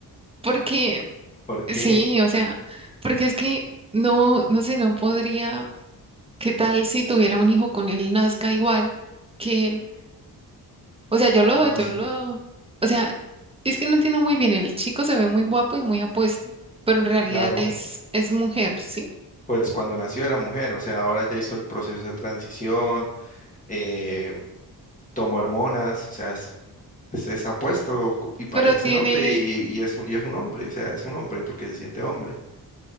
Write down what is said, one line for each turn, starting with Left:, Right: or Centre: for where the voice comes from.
Right: porque
Left: ¿Por qué?
Right: sí, o sea, porque es que no, no sé, no podría, ¿qué tal si tuviera un hijo con él nazca igual que él? O sea, yo lo,
Left: ¿Cómo
Right: yo
Left: así?
Right: lo, o sea, es que no entiendo muy bien, el chico se ve muy guapo y muy apuesto, pero en realidad
Left: Claro,
Right: es, es mujer, ¿sí?
Left: pues cuando nació era mujer, o sea, ahora ya hizo el proceso de transición, eh, tomo hormonas, o sea, es, es, es apuesto cu- y parece
Right: Pero tiene,
Left: un hombre y, y es, un- y es un hombre, o sea, es un hombre porque se siente hombre.